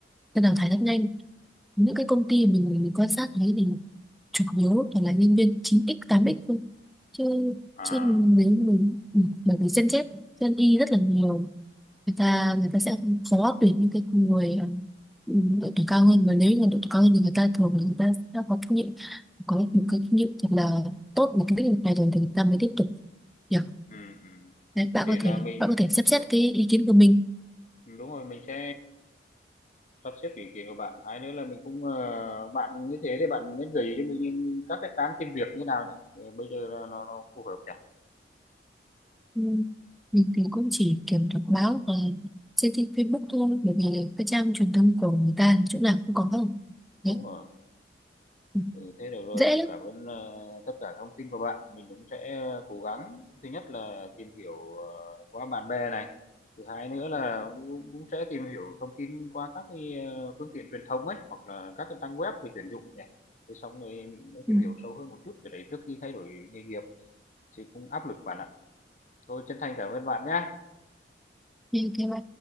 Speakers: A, in the centre; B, on the left.
A: nên đào thải rất nhanh những cái công ty mình mình quan sát thấy thì chủ yếu toàn là nhân viên chín x tám x thôi chứ
B: À,
A: chứ nếu mình ừ, bởi vì Gen Z Gen Y rất là nhiều người ta người ta sẽ khó tuyển những cái người ờ, ừ, độ tuổi cao hơn và nếu như là độ tuổi cao hơn thì người ta thường là người ta sẽ có kinh nghiệm có một cái kinh nghiệm thật là tốt một cái lĩnh vực này rồi thì người ta mới tiếp tục yeah.
B: ừ, ừ.
A: Đấy, bạn
B: Thì
A: có
B: là
A: thể
B: mình
A: bạn có thể xem xét
B: đúng
A: cái ý kiến của mình
B: đúng rồi mình sẽ sắp xếp ý kiến của bạn hay nữa là mình cũng ờ, bạn như thế thì bạn nên gửi cho mình những các cái trang tìm việc như nào nhỉ Ừ, bây giờ là nó, nó phù hợp nhỉ
A: Ừ. Mình thì cũng chỉ kiểm đọc báo và trên tin Facebook thôi bởi vì cái trang truyền thông của người ta chỗ nào cũng có không đấy
B: đúng rồi
A: ừ.
B: ừ, thế được rồi
A: dễ
B: thì
A: lắm
B: cảm ơn ờ, tất cả thông tin của bạn mình cũng sẽ ờ, cố gắng thứ nhất là tìm hiểu ờ, qua bạn bè này thứ hai nữa là cũng, cũng sẽ tìm hiểu thông tin qua các cái ờ, phương tiện truyền thông ấy hoặc là các cái trang web về tuyển dụng nhỉ thế xong rồi mình sẽ tìm
A: ừ.
B: hiểu sâu hơn một chút về đấy trước khi thay đổi nghề nghiệp thì cũng áp lực bạn ạ tôi chân thành cảm ơn bạn nhé
A: như thế mà